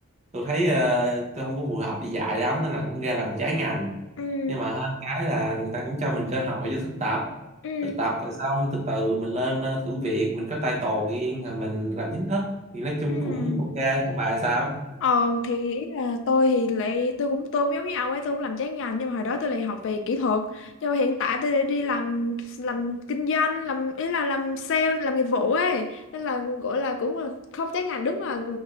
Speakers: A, on the right (about 30°); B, on the left (about 60°).
A: tôi thấy ờ, tôi không có phù hợp đi dạy lắm nên là cũng ra làm trái ngành
B: ừ
A: nhưng mà hơn cái là người ta cũng cho mình cơ hội cho thực tập
B: ừ
A: thực tập rồi xong từ từ mình lên ờ, thử việc mình có title riêng rồi mình làm chính thức thì nói chung
B: ừ
A: cũng ok còn bà sao
B: Ờ thì ý là tôi thì lại tôi cũng tôi cũng giống như ông ấy tôi cũng làm trái ngành nhưng mà hồi đó tôi lại học về kỹ thuật nhưng mà hiện tại tôi lại đi làm làm kinh doanh làm ý là làm sale làm nghiệp vụ ấy nên là gọi là cũng là không trái ngành đúng là